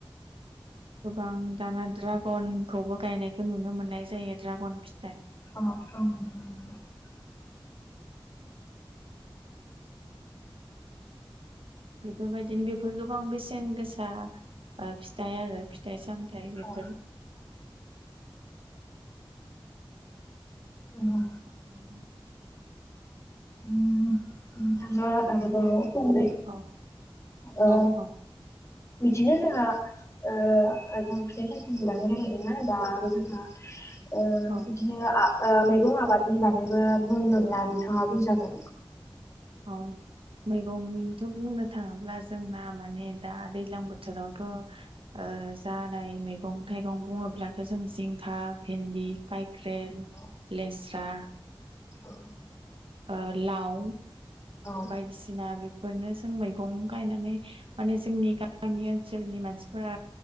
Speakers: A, on the right; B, on the left.
A: गोबां दाना ड्रागनखौबो गायनायखौ नुनो मोननाय जायो दड्रागन फि
B: अ'अ'
A: बेफोरबायदिनो बेफोर गोबां बेसेन गोसा फि थाइ आरो फिथाइ सामथाय बेफोर
B: औ नंगौ
A: <inaudible>
B: उम नोंथाङा
A: बिदिनो
B: आरोबाव फंनै
A: औ
B: ओ
A: औ औ
B: बिदिनो जोंहा ओ जों फिथाइ सामथाइ नि बागै रायज्लायदोंमोन ना दा आरो जोंहा ओ
A: औ
B: बिदिनो आ ओ मैगं आबादनि बागैबो बुंङोब्ला नोंथाङा बुं जागोन।
A: औ मैगंनिथ' बुंनो थाङोब्ला जोंना माने दा दै ल्जां बोथोरथ' ओ जानाय मैगं थाइगं बुङोब्लाथ' जों जिंखा, भिन्दि, खाख्रेल
B: औ
A: लेस्रा
B: औ।
A: ओ लाव
B: औ
A: बायदिसिना बेफोरनो जों मै गं गायनानै माने जोंनि गामि ओनसोलनि मानसिफोरा